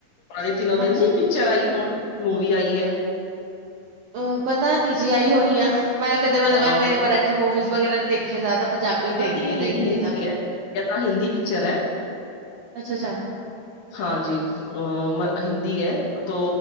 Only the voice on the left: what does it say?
ਆ, ਤਿੰਨੋ ਦਿਨ
ਨ ਪਿਕਚਰ ਆਈ ਹੁਣ, ਮੂਵੀ ਆਈ ਹੈ।
ਹਾਂ ਉਹ
ਮਰਾਠੀ
ਨੀ
ਹਿੰਦੀ
ਹੈ, ਤਾਂ ਹਿੰਦੀ ਪਿਕਚਰ ਹੈ‌।
ਹਾਂਜੀ। ਅ ਹਿੰਦੀ ਹੈ, ਤੋ